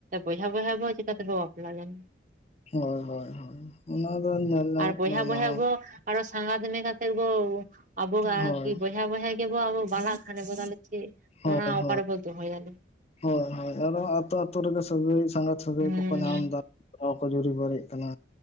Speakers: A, on the right; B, on the left.
A: ᱵᱚᱭᱦᱟ ᱵᱚᱭᱦᱟ ᱵᱚ ᱪᱤᱠᱟ ᱛᱮᱵᱚ ᱵᱟᱯᱞᱟ ᱞᱟᱹᱭᱢᱮ?
B: ᱦᱳᱭ ᱦᱳᱭ ᱦᱳᱭ ᱚᱱᱟ ᱫᱚ ᱧᱮᱞ ᱧᱟᱢᱚᱜ
A: ᱟᱨ ᱵᱚᱭᱦᱟ
B: ᱠᱟᱱᱟ ᱚᱱᱟ
A: ᱵᱚᱭᱦᱟ
B: ᱦᱚᱸ
A: ᱵᱚ ᱟᱨᱚ ᱥᱟᱸᱜᱟᱛᱮ ᱢᱚᱱᱮ ᱠᱟᱛᱮᱫ ᱵᱚ ᱟᱵᱚ ᱟᱨᱠᱤ
B: ᱦᱳᱭ
A: ᱵᱚᱭᱦᱟ ᱵᱚᱭᱦᱟ ᱜᱮᱵᱚ ᱟᱵᱚ <unintelligible> ᱵᱟᱱᱟ ᱠᱟ ᱦᱟᱱᱮ ᱵᱚᱫᱟᱞᱮ ᱪᱮ
B: ᱦᱳᱭ
A: ᱚᱱᱟ ᱚᱠᱟᱨᱮ
B: ᱦᱳᱭ
A: ᱵᱚ ᱫᱚᱦᱚᱭᱟ?
B: ᱦᱳᱭ ᱦᱳᱭ ᱟᱨ ᱟᱹᱛᱩ ᱟᱹᱛᱳ ᱨᱮᱜᱮ ᱥᱟᱹᱜᱟᱹᱭ ᱥᱟᱸᱜᱟᱛ ᱥᱟᱹᱜᱟᱹᱭ
A: ᱦᱩᱸ
B: ᱠᱚᱠᱚ ᱧᱟᱢ ᱮᱫᱟ ᱟᱨ ᱠᱚ ᱡᱩᱨᱤ ᱯᱟᱨᱤᱜ ᱠᱟᱱᱟ᱾